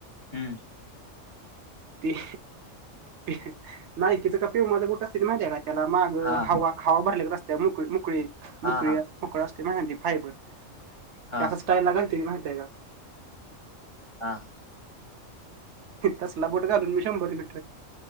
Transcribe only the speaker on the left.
हम्म.
हा
हा हा
हा
हा